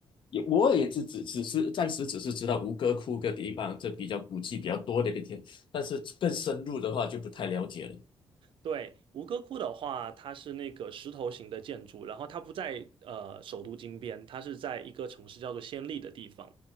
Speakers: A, on the left; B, on the right.
A: 也我也只只只是暂时只是知道吴哥窟个地方，这比较古迹比较多的一个地方但是更深入的话就不太了解了。
B: 对，吴哥窟的话，它是那个石头型的建筑，然后它不在呃首都金边，它是在一个城市叫做暹粒的地方。